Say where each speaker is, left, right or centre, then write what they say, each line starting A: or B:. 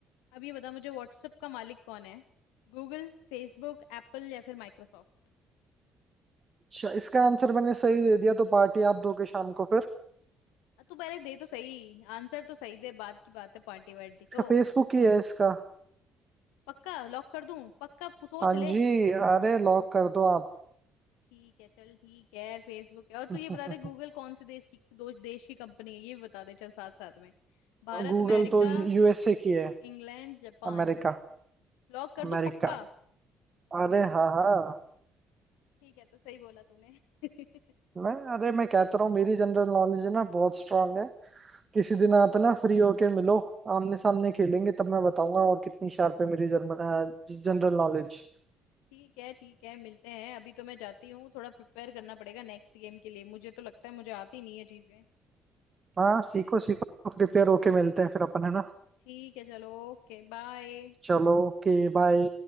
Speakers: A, on the left; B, on the right.
A: अब ये बता मुझे व्हाट्सएप का मालिक कौन है गूगल फेसबुक एप्पल या फिर माइक्रोसॉफ्ट
B: अच्छा इसका आंसर मैंने सही दे दिया तो पार्टी आप दोगे शाम को फिर
A: तू पहले दे तो सही आंसर तो सही दे बाद की बात है पार्टी वार्टी
B: इसका
A: तो
B: फेसबुक ही है इसका
A: पक्का लॉक कर दूं पक्का सोच
B: हाँ
A: ले
B: जी अरे लॉक कर दो आप
A: ठीक है चल ठीक है फेसबुक है और तू
B: <laughs>
A: ये बता दे गूगल कौन से देश की दो देश की कंपनी है ये भी बता दे चल साथ साथ में Bharat
B: गूगल
A: America
B: तो यूएसए की है
A: England Japan
B: अमेरिका
A: Lock कर
B: अमेरिका
A: दूं पक्का
B: अरे हाँ हाँ
A: ठीक है तो सही बोला तूने <laughs>
B: मैं अरे मैं कहता रहा हूँ मेरी जनरल नॉलेज है ना बहुत स्ट्रांग है किसी दिन आप ना फ्री होके मिलो आमने सामने खेलेंगे तब मैं बताऊंगा और कितनी शार्प है मेरी जर्मन जनरल नॉलेज
A: ठीक है ठीक है मिलते हैं अभी तो मैं जाती हूँ थोड़ा प्रिपेयर करना पड़ेगा नेक्स्ट गेम के लिए मुझे तो लगता है मुझे आती नहीं है चीजें
B: हाँ सीखो सीखो प्रिपेयर होके मिलते हैं फिर अपन है ना
A: ठीक है चलो ओके बाय
B: चलो ओके बाय